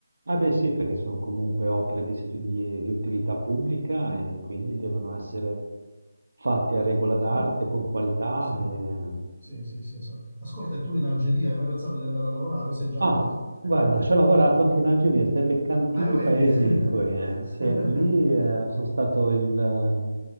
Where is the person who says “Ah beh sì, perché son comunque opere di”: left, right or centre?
Right